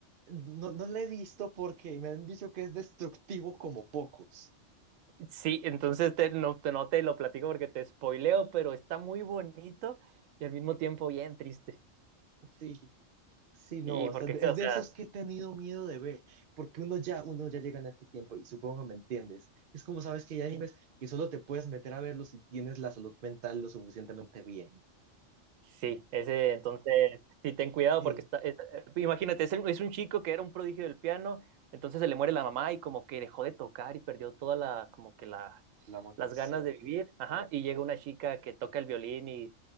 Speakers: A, on the right; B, on the right.
A: no, no la he visto porque me han dicho que es destructivo como pocos.
B: Sí, entonces te, no, te, no te lo platico porque te spoileo, pero está muy bonito y al mismo tiempo bien triste.
A: Sí, sí, no,
B: Sí,
A: o
B: porque,
A: sea, de- es
B: o
A: de
B: sea,
A: esos que he tenido miedo de ver, porque uno ya, uno ya llega en este tiempo y supongo que me entiendes. Es como sabes que hay animes que solo te puedes meter a verlos si tienes la salud mental lo suficientemente bien.
B: sí, ese, entonces, sí, ten cuidado
A: Sí,
B: porque está, es- eh, imagínate, es, el- es un chico que era un prodigio del piano, entonces se le muere la mamá y como que dejó de tocar y perdió toda la, como que la,
A: la motivación.
B: las ganas de vivir, ajá, y llega
A: Sí.
B: una chica que toca el violín y,